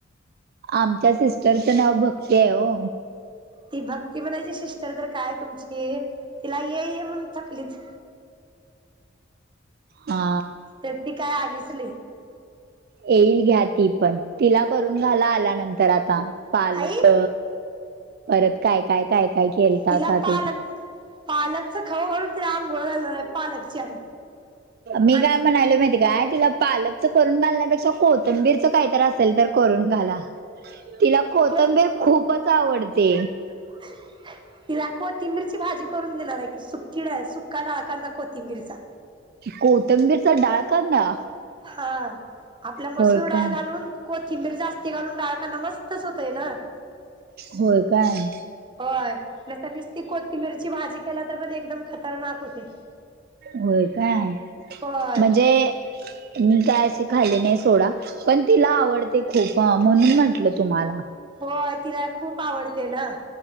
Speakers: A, on the right; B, on the right.
A: आमच्या सिस्टरचं नाव भक्ती आहे हो..
B: ती भक्ती म्हणायची सिस्टर तर काय तुमची तिला ये- ये म्हणून थकलीत..
A: हा.
B: तर ती काय आलीच नाही.
A: येईल घ्या ती पण तिला करून घाला आल्यानंतर आता पालक.
B: आई
A: परत काय काय काय. काय केलतासा
B: तिला पालक
A: ते
B: पालकच खाऊ घालून तिला अंघोळ घालणार आहे पालकची.
A: मी
B: आणि
A: काय म्हणलोय माहिती काय तिला. पालकचं करून घालण्यापेक्षा कोथंबीरचं काहीतर असेल तर करून घाला.. तिला कोथंबीर
B: कोत
A: खूपच आवडते..
B: <unintelligible> तिला कोथिंबीरची भाजी करून देणार आहे कि, सुक्की डाळ सुक्का डाळकांदा कोथिंबीरचा.
A: कोथंबीरचा डाळ कांदा.
B: हा आपल्या मसूर
A: होय
B: डाळ
A: काय
B: घालून. कोथिंबीर जास्ती घालून डाळकांदा मस्तच हुंतोय ना..
A: होय काय?.
B: होय नाहीतर निसती कोथिंबीरची भाजी केला तर पण एकदम खतरनाक होतय..
A: होय काय
B: होय
A: म्हणजे. मी काय अशी खाल्ली नाही सोडा पण तिला आवडते. खूप म्हणून म्हटलं तुम्हांला.
B: होय तिला खूप आवडते ना..